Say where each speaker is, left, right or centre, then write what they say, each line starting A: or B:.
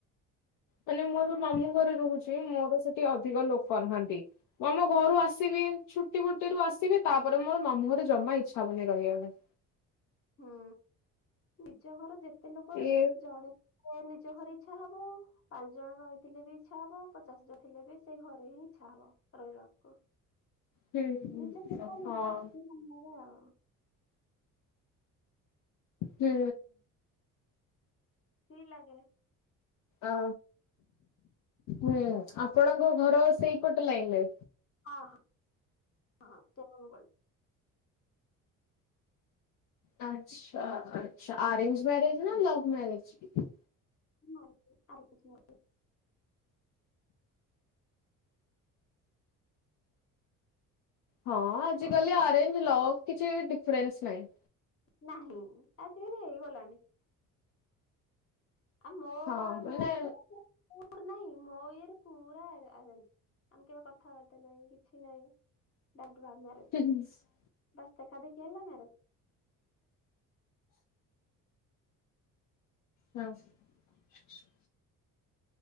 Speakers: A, on the left; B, on the left.
A: ମାନେ ମୁଁ
B: କାହିଁକିନା
A: ଏବେ ମାମୁଁ ଘରେ ରହୁଛି ମୋର ସେଠି ଅଧିକ ଲୋକ ନାହାନ୍ତି। ମୁଁ ଆମ ଘରୁ ଆସିବି ଛୁଟି ଫୁଟିରୁୁ ଆସିବି ତାପରେ ମୋର ମାମୁଁ ଘରେ ଜମା ଇଚ୍ଛା ହବନି ରହିବାପାଇଁ।
B: ହୁଁ ନିଜ ଘର ଯେତେ ଲୋକ
A: ଏ
B: ଜଣେ। ମୋନିଜ ଘରେ ଇଛା ହବ। ପା ଜଣ ରହିଥିଲେ ବି ଇଚ୍ଛା ହବ ପଚାଶେ ଜଣ ଥିଲେ ବି ସେଇ ଘରେ ହିଁ ଇଚ୍ଛା ହବ ରହିବାକୁ।
A: ହୁଁ
B: ନିଜ ଘରଟା ନିଜକୁ
A: ହଁ।
B: ବେସି ଭଲ୍ ଲାଗେ ଆଉ।
A: ହୁଁ।
B: ଫ୍ରି ଲାଗେ।
A: ଆ ଉ ଆପଣଙ୍କ ଘର ସେଇପଟ ଲାଇନ୍ ରେ?
B: ହଁ ହଁ ହଁ ତୁମୁନୁ ଗଳି।
A: ଆଚ୍ଛା ଆଚ୍ଛା ଅରେଞ୍ଜେ ମ୍ୟାରେଜେ ନା ଲଭ୍ ମ୍ୟାରେଜେ?
B: <inaudible>
A: ହଁ ଆଜିକାଲି
B: ଆଉ
A: ଅରେଞ୍ଜେ ଲଭ୍ କିଛି ଡିଫେରେନ୍ସେ ନାହିଁ।
B: ନାହିଁ ଆଜିକାଲି ହେଇଗଲାଣି। ଆ ମୋ
A: ହଁ
B: କ
A: ମାନେ
B: ମୋ ଇ ନାହିଁ ମୋ ଇଏରେ ପୁର ଆରଞ୍ଜେ। ଆମେ କେବେ କଥାବାର୍ତ୍ତା ନାହିଁ କିଛି ନାହିଁ ଡାଇରେଟେ ଲଭ୍ ମ୍ୟାରେଜେ।
A: <inaudible>
B: ବସ୍ ଦେଖା ଦେଖି ହେଲା ନାରେ?
A: ମ୍ୟାମ ସହିତ।